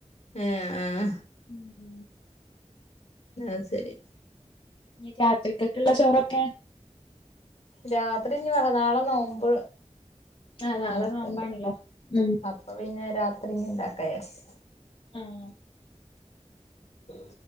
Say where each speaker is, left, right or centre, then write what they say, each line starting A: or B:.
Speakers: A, on the left; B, on the left.
A: ഏഹ് ആഹ്
B: ഉം ഹ
A: അത് ശരി
B: രാത്രിക്കൊക്കെള്ള ചോറൊക്കെ
A: രാത്രി ഇനി വളനാളെ നോമ്പ്
B: ആഹ് നാളെ
A: നോക്കണ്ട
B: നോമ്പാണല്ലോ ഉം
A: അപ്പ പിന്നെ രാത്രി ഇനി ഇണ്ടാക വിചാരിച്ച്
B: ആഹ
A: ഉ